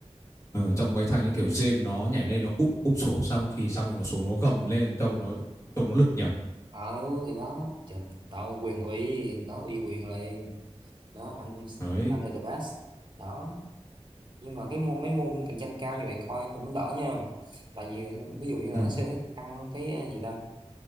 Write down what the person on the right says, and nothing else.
ờ thì đó trời, tao quyền ủy nó uy quyền liền đó anh
anh là the best đó nhưng mà cái môn mấy môn cạnh tranh cao như vậy coi cũng đỡ nha tại vì ví dụ như là
nó sẽ tăng cái ờ, gì đâu